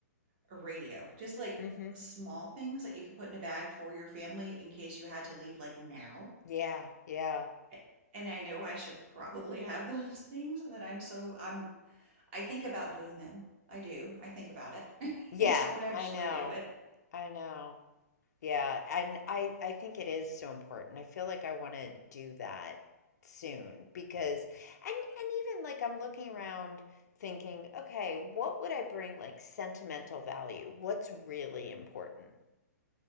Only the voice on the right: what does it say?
a radio. Just like
small things that you could put in a bag for your family in case you had to leave like now.
A- And I know I should probably have those <laughs> things that I'm so I'm I think about doing them. I do. I think about it. <laughs>
I don't actually
do it.